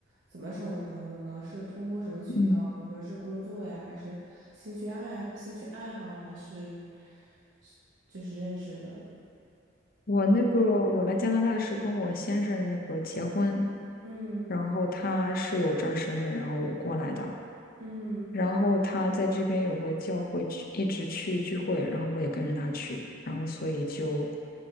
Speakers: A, on the right; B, on the left.
A: 怎么成为朋友的呢？是通过什么渠道？
B: 嗯，
A: 比如说是工作呀，还是兴趣爱兴趣爱好，还是是就是认识的？
B: 我那个我来加拿大是跟我先生那个结婚，
A: 嗯
B: 然后他是有这儿身份，然后我过来的，
A: 嗯，
B: 然后他在这边有个教会去，一直去聚会，然后我也跟着他去，然后所以就